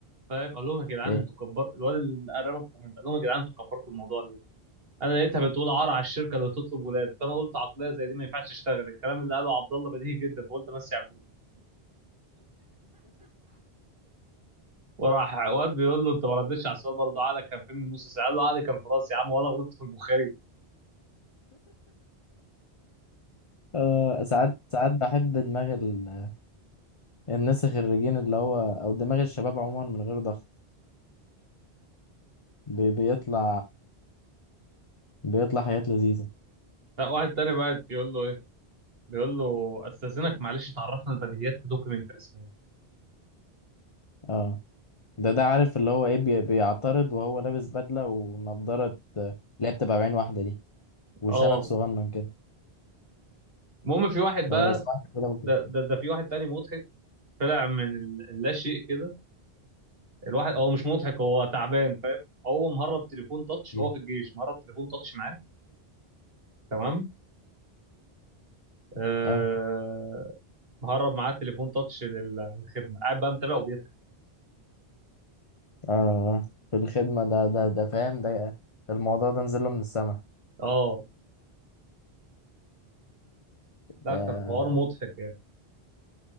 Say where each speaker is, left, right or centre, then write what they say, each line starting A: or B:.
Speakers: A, on the right; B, on the left.
A: فاهم قال لهم يا جدعان
B: ايه
A: انتوا كبرتوا الواد اللي قربك الكومنت قال لهم يا جدعان انتوا كبرتوا الموضوع ليه؟ انا لقيتها بتقول عار على الشركه اللي تطلب ولاد فانا قلت عقليه زي دي ما ينفعش تشتغل الكلام اللي قاله عبد الله بديهي جدا فقلت امسي على الجروب وراح واد بيقول له انت ما ردتش على السؤال برضه عقلك كان فين من نص ساعه قال له عقلي كان في راسي يا عم وانا غلطت في البخاري
B: آه ساعات ساعات بحب دماغ ال الناس الخريجين اللي هو او دماغ الشباب عموما من غير ضغط بي- بيطلع بيطلع حاجات لذيذة
A: لا واحد تاني بقى يقول له ايه بيقول له استاذنك معلش تعرفنا البديهيات في دوكيمنت رسميه
B: اه ده ده عارف اللي هو ايه بي- بيعترض وهو لابس بدلة ونضارة آه، اللي هي بتبقى بعين واحدة دي وشنب
A: اه
B: صغنن كده
A: المهم في واحد بقى
B: لو لو سمحت كده ممكن
A: ده ده, ده في واحد تاني مضحك طلع من ال- اللا شيء كده الواحد هو مش مضحك هو تعبان فاهم هو مهرب تليفون تاتش
B: مم.
A: هو في الجيش مهرب تليفون تاتش معاه تمام آه
B: اه
A: مهرب معاه تليفون تاتش لل- للخدمه قاعد بقى متابع وبيضحك
B: اه آه. في الخدمة ده ده ده فاهم ده الموضوع ده نزله من السما
A: اه ده
B: ده
A: كان حوار مضحك يعني